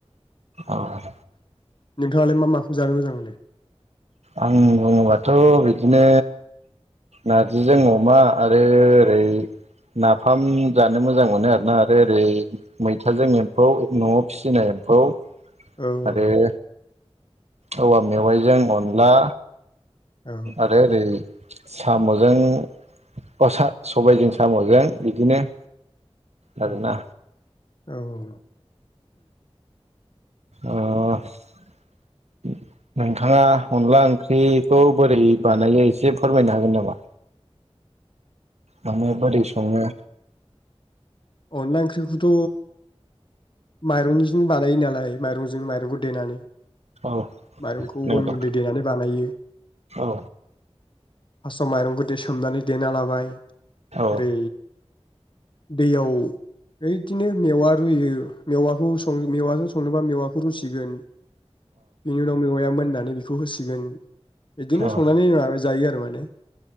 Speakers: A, on the right; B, on the left.
A: औ
B: नोंथाङालाय मा माखौ जानो मोजां मो नो
A: आं बुङोबाथ' बिदिनो नारजिजों अमा आरो ओरै नाफाम जानो मोजां मोनो आरोना आरो ओरै मैथाजों एम्फौ न'आव फिसिनाय एम्फौ
B: औ
A: आरो
B: औ
A: औवा मेवाइजों अनला
B: औ
A: आरो ओरै साम'जों अ सा सबायाइजों साम'जों बिदिनो आरोना
B: औ औ
A: ओ नोंथाङा अनला ओंख्रिखौ बोरै बानायो एसे फोरमायनो हागोन नामा नोङो बोरै सङो
B: अनला ओंख्रिखौथ' माइरंनिजों बानायो नालाय माइरंजों माइरंखौ देनानै
A: औ
B: माइरंखौ
A: नंगौ
B: अन गुन्दै देनानै बानायो
A: औ
B: फास्स्टआव माइरंखौ दे सोमनानै देना लाबाय
A: औ
B: ओरै दैयाव ओइदिनो मेवा रुयो मेवाखौ सं मेवाजों संनोबा मेवाखौ रुसिगोन बिनि उनाव मेवआयआ मोन दानि बेखौ होसिगोन बिदिनो
A: औ
B: संनानै मा जायो आरोमा नो